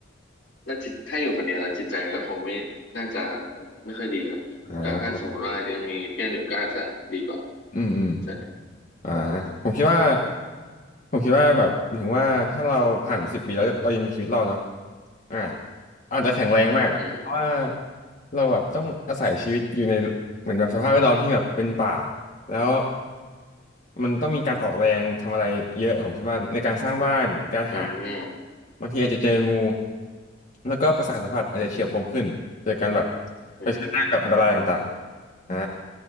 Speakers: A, on the left; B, on the left.
A: แล้วจิตถ้าอยู่คนเดียวแล้วจิตใจก็คงไม่น่าจะไม่ค่อยดีหรอกแต่ถ้าสมมติว่ายังมีเพื่อนอยู่ก็อาจจะดีกว่า
B: อ่าอืมอืม
A: ใช่
B: อ่าผมคิดว่าผมคิดว่าแบบถึงว่าถ้าเราผ่านไปสิบปีแล้วเรายังมีชีวิตรอดเนาะอ่าอาจจะแข็งแรงมากอ่ะเพราะว่า
A: อืม
B: เราแบบต้องอาศัยชีวิตอยู่ในเหมือนแบบสภาพแวดล้อมที่แบบเป็นป่าแล้วมันต้องมีการออกแรงทำอะไรเยอะผมคิดว่าในการสร้างบ้านการหา
A: อืมอื
B: บางทีอาจจะเจองูแล้วก็ประสาทสัมผัสอาจจะเฉียบคมขึ้นเจอการแบบ
A: ม
B: เผชิญหน้ากับอันตรายต่างๆอ่า